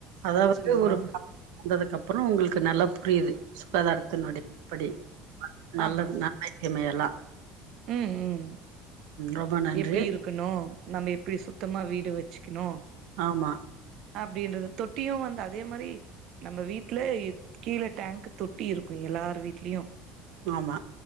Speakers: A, on the right; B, on the right.
A: அதாவது
B: சொல்லுங்கமா
A: ஒரு <inaudible> வந்ததுக்கப் றொ உங்களுக்கு நல்லா புரியிது சுகாதாரத்தினுடைய <inaudible> எப்புடி நல்லது
B: ஆமா
A: நன்மை தீமை எல்லா
B: ம் ம்
A: ரொம்ப நன்றி
B: எப்டி இருக்கனு நம்ம எப்டி சுத்தமா வீடு வச்சுக்கனு
A: ஆமா
B: அப்டின்றது தொட்டியு வந்து அதே மாரி நம்ம வீட்ல கீழ டேங்க்கு தொட்டி இருக்கு எல்லார் வீட்லயு
A: ஆமா